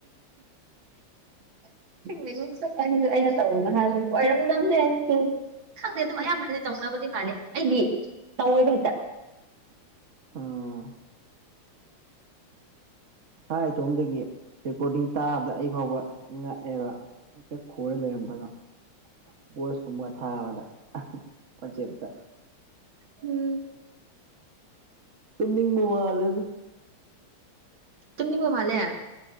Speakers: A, on the right; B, on the right.
A: <inaudible> ꯆꯄꯒꯤꯁꯨ ꯑꯩꯅ ꯇꯧꯅ ꯍꯥꯏꯕꯅꯦ ꯑꯣꯏꯔꯝ ꯅꯝꯗꯦ ꯈꯪꯗꯦ ꯑꯗꯨꯝ ꯑꯌꯥꯝꯕꯅꯗꯤ ꯇꯧꯅꯕꯗꯤ ꯃꯥꯂꯦ ꯑꯩꯗꯤ ꯇꯧꯋꯦꯕ ꯍꯦꯛꯇ
B: <inaudible> ꯎꯝ ꯏꯁꯥ ꯏꯇꯣꯝꯗꯒꯤ ꯔꯦꯀꯣꯔꯗꯤꯡ ꯇꯥꯕꯗ ꯑꯩ ꯐꯥꯎꯕ ꯉꯛꯑꯦꯕ ꯍꯦꯛꯇ ꯈꯣꯏꯔ ꯂꯩꯔꯝꯕꯗꯣ ꯕꯣꯁ ꯀꯨꯝꯕ ꯊꯥꯕꯗ ꯋꯥꯆꯦꯞꯇ
A: ꯎꯝ
B: ꯇꯨꯅꯤ ꯃꯃꯂꯗ
A: ꯇꯨꯝꯅꯤ ꯃꯃꯂꯦ